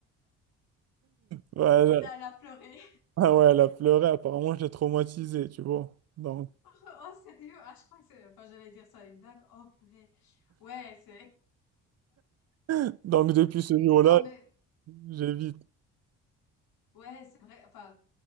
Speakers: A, on the right; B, on the left.
A: voilà.
B: Et là, elle a pleuré. <laughs>
A: Ah ouais, elle a pleuré. Apparemment, je l'ai traumatisée, tu vois. Donc,
B: Oh, sérieux? Ah, je crois que c'est, enfin, j'allais dire ça, à une blague. Oh, purée. Ouais, c'est,
A: <laughs> donc depuis ce jour-là,
B: non, mais,
A: j'évite.
B: ouais, c'est vrai. Enfin,